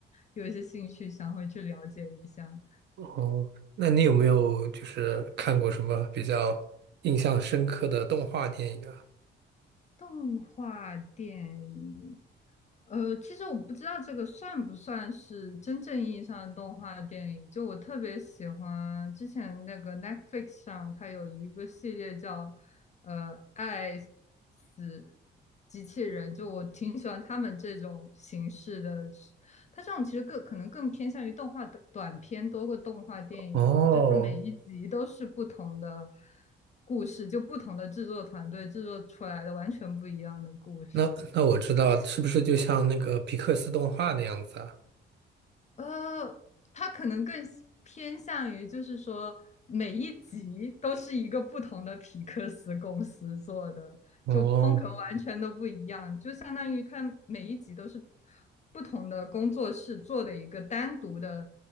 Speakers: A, on the left; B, on the right.
A: 有一些兴趣，想回去了解一下。
B: 哦，那你有没有就是看过什么比较印象深刻的动画电影啊？
A: 动画电影，呃，其实我不知道这个算不算是真正意义上的动画电影。就我特别喜欢之前那个 Netflix 上，它有一个系列叫呃《爱死机器人》，就我挺喜欢他们这种形式的。它这种其实更可能更偏向于动画的短片多过动画电影吧，
B: 哦，
A: 就它每一集都是不同的。故事，就不同的制作团队制作出来的完全不一样的故事。
B: 那那我知道，是不是就像那个皮克斯动画那样子啊？
A: 呃，它可能更喜偏向于，就是说每一集都是一个不同的皮克斯公司做的，
B: 哦
A: 就风格完全都不一样，就相当于它每一集都是不同的工作室做的一个单独的，